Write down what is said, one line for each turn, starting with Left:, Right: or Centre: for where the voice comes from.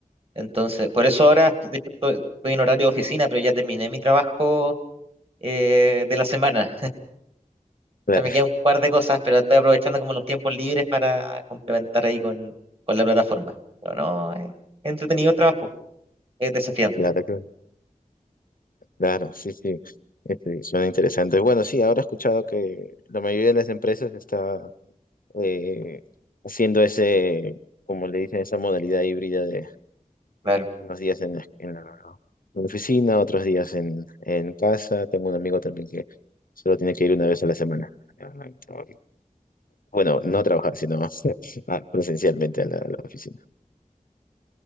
Right: Entonces, por eso ahora de hecho, estoy, estoy en horario de oficina, pero ya terminé mi trabajo eh, de la semana.
Left: claro.
Right: O sea, me quedan un par de cosas, pero estoy aprovechando como los tiempos libres para complementar ahí con, con la plataforma. Pero no, es entretenido el trabajo, es desafiante.
Left: <laughs> Claro, claro. Claro, sí, sí, este, suena interesante. Bueno, sí, ahora he escuchado que la mayoría de las empresas está eh, haciendo ese, como le dicen, esa modalidad híbrida de
Right: Claro,
Left: eh, unos días en la, en la- en la oficina, otros días en, en casa. Tengo un amigo también que solo tiene que ir una vez a la semana. Ajá, y- Bueno, no trabajar, sino <laughs> ah, presencialmente a la, a la oficina.